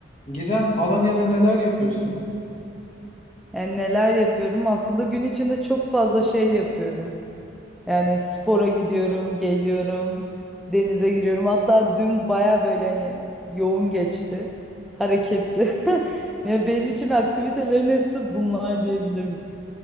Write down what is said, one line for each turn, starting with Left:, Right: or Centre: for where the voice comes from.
Left: Gizem, Alanya'da neler yapıyorsun?
Centre: Yani neler yapıyorum? Aslında gün içinde çok fazla şey yapıyorum. Yani spora gidiyorum, geliyorum, denize giriyorum. Hatta dün baya böyle hani yoğun geçti, hareketli. <laughs> Yani benim için aktivitelerin hepsi bunlar diyebilirim.